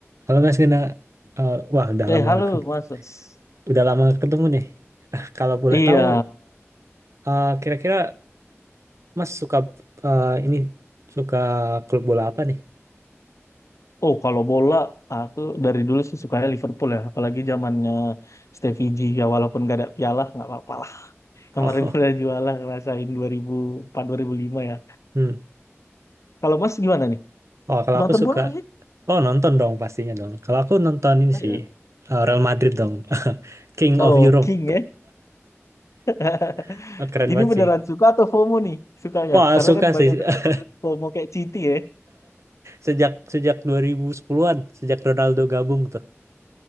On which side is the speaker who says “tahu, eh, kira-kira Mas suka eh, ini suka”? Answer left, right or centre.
Right